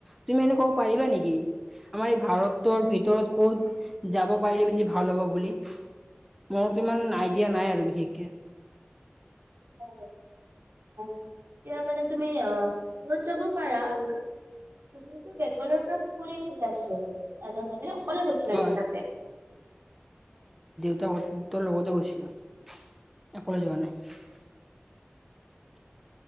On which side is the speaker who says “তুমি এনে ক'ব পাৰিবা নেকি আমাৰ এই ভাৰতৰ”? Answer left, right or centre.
Centre